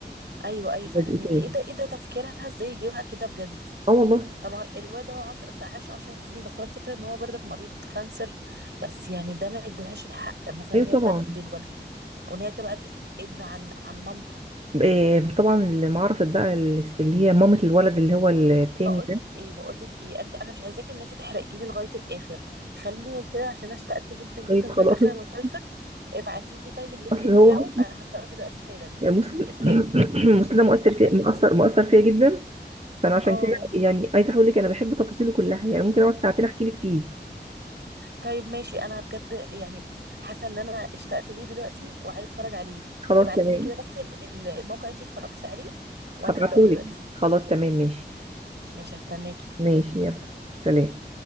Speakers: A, on the right; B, on the right.
A: ايوه ايوه
B: لزقتين
A: فهميكي ايه ده ايه ده تفكيرها ازاي يجيبها كده بجد
B: اه والله
A: طب ما هو الواد ده هو عش... عاش 10 سنين بس هو الفكره ان هو برضك مريض كانسر بس يعني ده ما يديلهاش الحق مثلا
B: ايوه
A: هي
B: طبعا
A: تبدل ولا وان هي تبقى د- ابن عن عن مامته
B: إيه طبعا اللي ما عرفت بقى ال- اللي هي مامة الولد اللي هو التاني
A: بقول
B: ده
A: لك ايه بقول لك ايه انت انا مش عايزاكي ان انت تحرقي لي لغايه الاخر خليني كده عشان اشتقت جدا جدا
B: طيب
A: لغايه
B: خلاص
A: اخر
B: <laughs>
A: المسلسل ابعتي لي طيب اللينك
B: اصل
A: بتاعه
B: هو
A: انا هبداه دلوقتي حالا
B: يعني مسلم
A: اسال
B: <coughs> مسلم ده مؤثر في
A: ال-
B: مؤثر مؤثر فيا جدا فانا عشان
A: اه
B: كده يعني عايزه اقول لك انا بحب تفاصيله كلها يعني ممكن اقعد ساعتين احكي لك فيه
A: طيب ماشي انا بجد يعني حاسه ان انا اشتقت ليه دلوقتي وعايزه اتفرج عليه
B: خلاص
A: ابعتي
B: تمام
A: لي كده بس ال- ال- الموقع اللي انت اتفرجتي عليه وانا
B: هبعتهولك
A: هبداه دلوقتي
B: خلاص تمام ماشي
A: ماشي هستناكي
B: ماشي يلا سلام